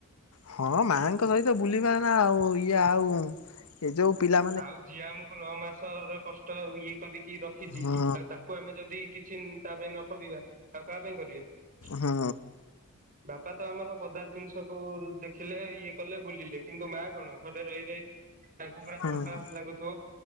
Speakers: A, on the left; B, on the right.
A: ହଁ ମାଙ୍କ ସହିତ ବୁଲିବା ନା ଆଉ ଇଏ ଆଉ ଏ ଯୋଉ ପିଲା
B: ଆଉ ଯିଏ ଆମକୁ ନଅ ମାସର କଷ୍ଟ ଇଏ କରିକି ରଖିଛି
A: ହୁଁ
B: ଆଉ ତାକୁ କୁ ଆମେ ଯଦି କିଛି ତା ପାଇଁ ନକରିବା ଆଉ କାହା ପାଇଁ କରିବା।
A: ହୁଁ
B: ବାପା ତ ଆମର ପଦା ଜିନିଷକୁ ଦେଖିଲେ ଇଏ କଲେ ବୁଲିଲେ କିନ୍ତୁ ମା କଣ ଘରେ ରହି ରହି ତାଙ୍କୁ ପଡା
A: ହୁଁ।
B: ଥକା ଲାଗୁଥିବ